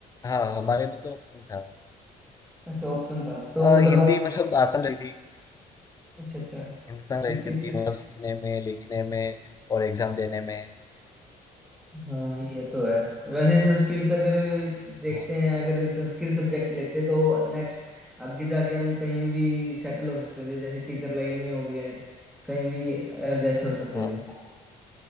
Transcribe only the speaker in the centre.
अच्छा ऑप्शन था तो
मतलब
आप-
अच्छा अच्छा
संस्कृत
हाँ ये तो है वैसे संस्कृत अगर देखते
हैं अगर संस्कृत सब्जेक्ट लेते तो नेक्स्ट आगे जाके हम कहीं भी सेटल हो सकते थे जैसे टीचर लाइन में हो गए हैं कहीं भी एडजस्ट हो सकते
थे